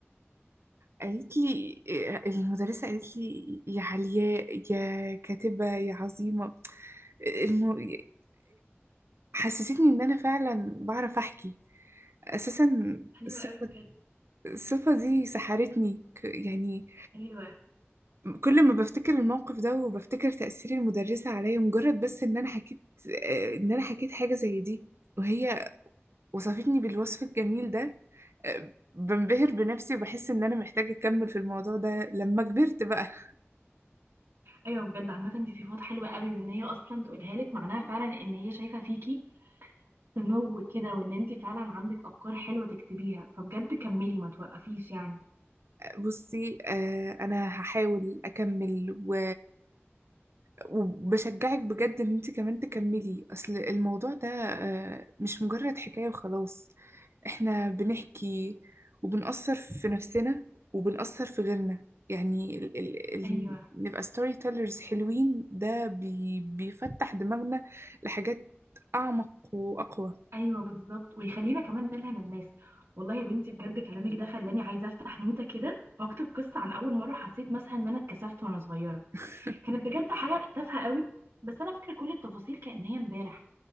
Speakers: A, on the right; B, on the right.
A: قالت لي المدرسة قالت لي يا علياء يا كاتبة يا عظيمة الم... حسستني إن أنا فعلا بعرف أحكي أساسا
B: حلوة
A: الصفة
B: قوي بجد
A: الصفة دي سحرتني ك- يعني
B: ايوه
A: كل ما بفتكر الموقف ده وبفتكر تأثير المدرسة عليا مجرد بس إن أنا حكيت إن أنا حكيت حاجة زي دي وهي وصفتني بالوصف الجميل ده بنبهر بنفسي وبحس إن أنا محتاجة أكمل في الموضوع ده لما كبرت بقى
B: ايوه بجد عامة دي صفات حلوة قوي وان هي اصلا تقولها لك معناها فعلا ان هي شايفة فيكي سمو كده وان انت فعلا عندك افكار حلوة تكتبيها فبجد كملي ما توقفيش يعني
A: بصي آه انا هحاول اكمل و... وبشجعك بجد ان انت كمان تكملي اصل الموضوع ده آه مش مجرد حكاية وخلاص احنا بنحكي وبنأثر في نفسنا وبنأثر في غيرنا يعني ال... ال... ال...
B: ايوه
A: نبقى ستوري تيلرز حلوين ده بي... بيفتح دماغنا لحاجات اعمق واقوى
B: ايوه بالظبط ويخلينا كمان نلهم الناس والله يا بنتي بجد كلامك ده خلاني عايزه افتح نوته كده واكتب قصه عن اول مره حسيت مثلا ان انا اتكسفت وانا صغيره
A: <laughs>
B: كانت بجد حاجه تافهه قوي بس انا فاكره كل التفاصيل كأن هي امبارح